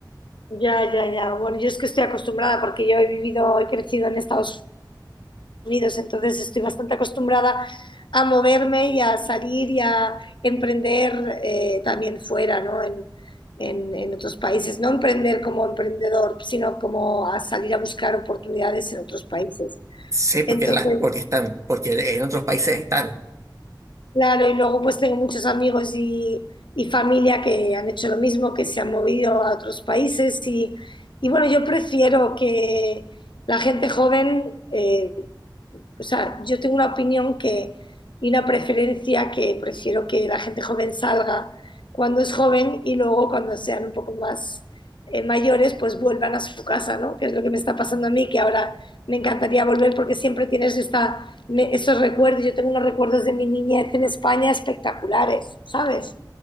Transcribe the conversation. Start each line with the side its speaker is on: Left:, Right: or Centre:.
Left: Ya, ya, ya. Bueno, yo es que estoy acostumbrada porque yo he vivido, he crecido en Estados Unidos, entonces estoy bastante acostumbrada a moverme y a salir y a emprender eh, también fuera, ¿no? En, en- en otros países. No emprender como emprendedor, sino como a salir a buscar oportunidades en otros países.
Right: Sí, porque,
Left: Entonces,
Right: la, porque están, porque en otros países están.
Left: Claro, y luego pues tengo muchos amigos y, y familia que han hecho lo mismo, que se han movido a otros países y, y bueno, yo prefiero que la gente joven eh, o sea, yo tengo una opinión que, y una preferencia que prefiero que la gente joven salga cuando es joven y luego cuando sean un poco más eh, mayores, pues vuelvan a su casa, ¿no? Que es lo que me está pasando a mí, que ahora me encantaría volver porque siempre tienes esta, me, esos recuerdos. Yo tengo unos recuerdos de mi niñez en España espectaculares, ¿sabes?